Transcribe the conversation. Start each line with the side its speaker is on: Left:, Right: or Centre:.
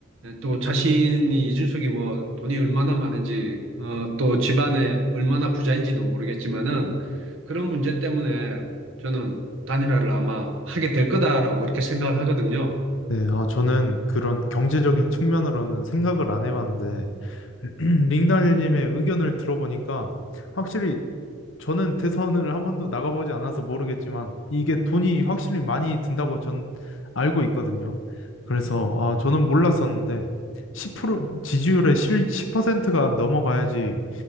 Right: 또 자신이 이준석이 뭐 돈이 얼마나 많은지 어, 또 집안에 얼마나 부자인지도 모르겠지만은 그런 문제 때문에 저는 단일화를 아마 하게 될 거다라고 이렇게 생각을 하거든요.
Left: 네, 아, 저는 그런 경제적인 측면으로는 생각을 안 해봤는데, <clears throat> 링달님의 의견을 들어보니까, 확실히 저는 대선을 한 번도 나가보지 않아서 모르겠지만, 이게 돈이 확실히 많이 든다고 전 알고 있거든요. 그래서,
Right: 음,
Left: 아, 저는 몰랐었는데, 10%, 지지율의 10%가 넘어가야지